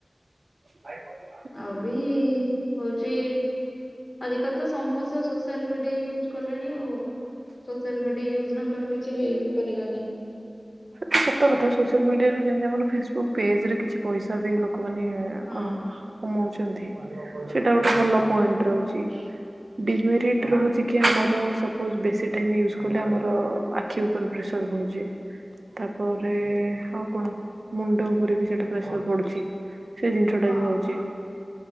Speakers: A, on the right; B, on the left.
A: ଆ।
B: ଆଉ ବି ହଉଚି ଆଜିକାଲି ତ ସମସ୍ତେ ସୋସିଆଲ ମିଡିଆ ୟୁଜ୍ କଲେଣି ଆଉ। ସୋସିଆଲ ମିଡିଆ ୟୁଜ ନ କଲେ କିଛି ବି ହେଇ ପାରିବନି।
A: ସେ ସତ କଥା ସୋଆଲ ମିଡିଆରୁ ଯେମତି ଆମର ଫେସବୁକ ପେଜରେ କିଛି ପଇସା ବଦେଇ ଲୋ କମାନୋନ
B: ହଁ।
A: କଣ କମଉଚନ୍ତି ସେଇଟା ଗୋଟେ ଭଲ ପଏଣ୍ଟ ରହୁଚି ଡିମେରିଟ୍ ରହୁଚି କି ଆମର ସପୋଜ ବେଶୀ ଟାଇମ୍ ୟୁଜ୍ କଲେ ଆମର ଆଖି ଉପରେ ପ୍ରେସର ପଡ଼ୁଚି। ତାପରେ ଆଉ କଣ ମୁଣ୍ଡ ଉପରେ ବି ସେଇଟା ପ୍ରେସର ପଡୁଚି। ସେ ଜିନିଷଟା
B: ହଁ।
A: ବି ହଉଚି